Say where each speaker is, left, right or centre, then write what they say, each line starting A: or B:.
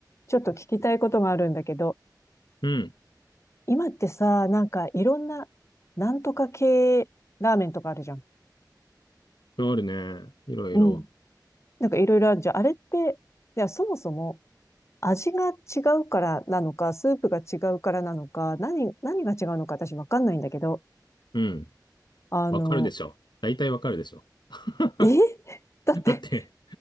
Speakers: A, on the left (about 40°); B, on the left (about 80°).
A: ちょっと聞きたいことがあるんだけど、
B: うん。
A: 今ってさ、なんかいろんな、なんとか系ラーメンとかあるじゃん。
B: あるね。いろいろ。
A: うん。なんかいろいろあるじゃん。あれって、いや、そもそも味が違うからなのか、スープが違うからなのか、何、何が違うのか私わかんないんだけど、
B: うん。
A: あの、
B: わかるでしょ。大体わかるでしょ。<laughs>
A: え <laughs> だって、
B: だって、